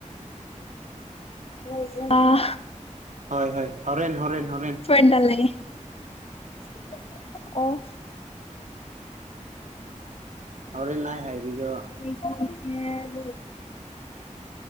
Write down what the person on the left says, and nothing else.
<unintelligible> ꯑꯥ
ꯄ꯭ꯔꯟꯗꯜ ꯂꯩꯌꯦ ꯫ ꯑꯣ
<inaudible> <unintelligible>